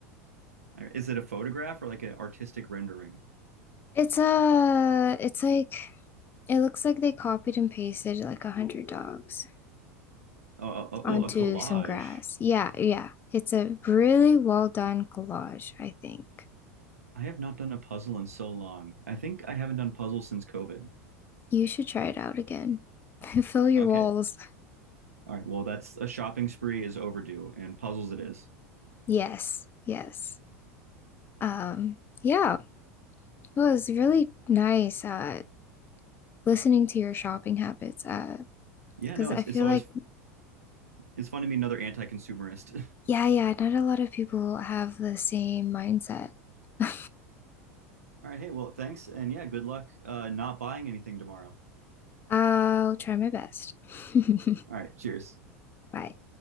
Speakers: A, on the right; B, on the left.
A: Is it a photograph or like an artistic rendering?
B: It's a it's like it looks like they copied and pasted like a hundred dogs
A: Oh, oh, oh,
B: onto
A: oh, a collage.
B: some grass. Yeah, yeah. It's a really well done collage, I think.
A: I have not done a puzzle in so long. I think I haven't done puzzles since COVID.
B: You should try it out again. <laughs> Fill your
A: Okay,
B: walls.
A: All right. Well, that's a shopping spree is overdue, and puzzles it is.
B: Yes, yes. Um, yeah, it was really nice uh listening to your shopping habits uh
A: Yeah,
B: because
A: no,
B: I
A: it's
B: feel
A: it's always
B: like
A: it's fun to meet another anti-consumerist.
B: Yeah, yeah, not a lot of people have the same mindset. <laughs>
A: <laughs> All right, hey, well, thanks, and yeah, good luck uh, not buying anything tomorrow.
B: I'll try my best. <laughs>
A: All right, cheers.
B: Bye.